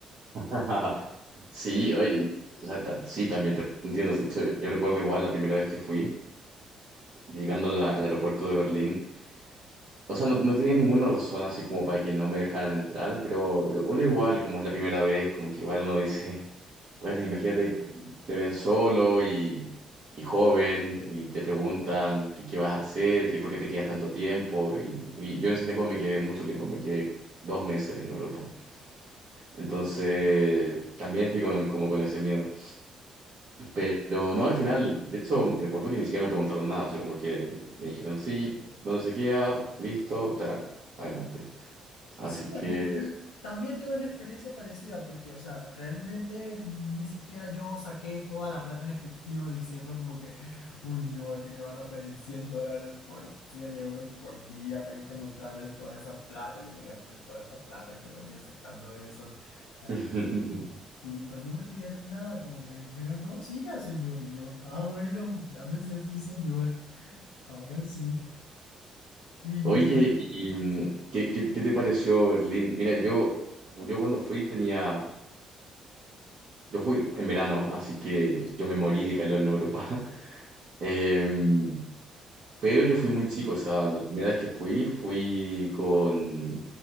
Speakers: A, on the right (about 50°); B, on the left (about 75°).
A: <laughs> Sí, oye, la- ta- sí, también te entiendo. De hecho, yo recuerdo igual la primera vez que fui, llegando a la- al aeropuerto de Berlín. O sea, no, no tenía ninguna razón así como para que no me dejaran entrar, pero uno igual, como es la primera vez, como que igual uno dice, <laughs> bueno, imagínate, te ven solo y, y joven y te preguntan qué, qué vas a hacer, qué, por qué te quedas tanto tiempo. Y, porque yo en ese tiempo me quedé mucho tiempo, me quedé dos meses en Europa. Entonces, también fui con, como con ese miedo. Pero no, al final, de hecho, recuerdo que ni siquiera me preguntaron nada, o sea, como que me dijeron, sí, ¿dónde se queda? Listo, tal, adelante. Así
B: Sí,
A: que...
B: a mí, a mí también tuve una experiencia parecida porque, o sea, realmente mm, ni siquiera yo saqué toda la plata en efectivo diciendo como que, uy, no, aquí me van a pedir cien dólares por 100 euros por día, tengo que mostrarles toda esa plata, yo me gasté toda esa plata en Colombia sacando eso aquí.
A: <laughs>
B: en- Y pues no me pidieron nada, como me dijeron, no, siga, señor. Y yo, ah, bueno, ya me siento un señor, ahora sí. Y mi...
A: Oye, ¿y mm, qué, qué- qué te pareció Berlín? Mira, yo, yo cuando fui tenía... Yo fui en verano, así que yo me morí de calor en Europa. <laughs> Em, pero yo fui muy chico, o sea, la primera vez que fui, fui con...